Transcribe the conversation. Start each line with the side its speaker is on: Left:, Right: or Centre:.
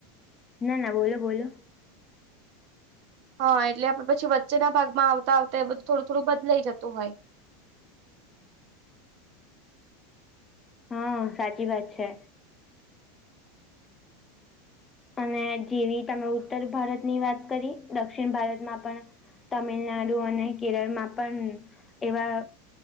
Left: ના, ના બોલો-બોલો.
Right: હા એટલે આપડે પછી વચ્ચેના ભાગમાં આવતા-આવતા એ બધું થોડું-થોડું બદલાઈ જતું હોય.
Left: હા, સાચી વાત છે. અને જેવી તમે ઉત્તર ભારતની વાત કરી, દક્ષિણ ભારતમાં પણ તમિલનાડુ અને કેરળમાં પણ એવા